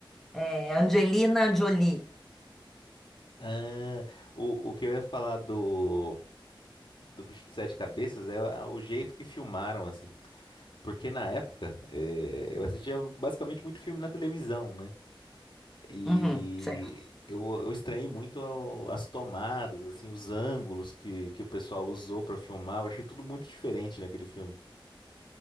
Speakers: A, in the centre; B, on the left.
A: É Angelina Jolie.
B: Ah, o, o que eu ia falar do, do Bicho de Sete Cabeças é a- o jeito que filmaram, assim. Porque na época, eh, eu assistia basicamente muito filme na televisão, né? E
A: Uhum, certo.
B: eu, eu estranhei muito ao- as tomadas, assim, os ângulos que, que o pessoal usou pra filmar. Eu achei tudo muito diferente naquele filme.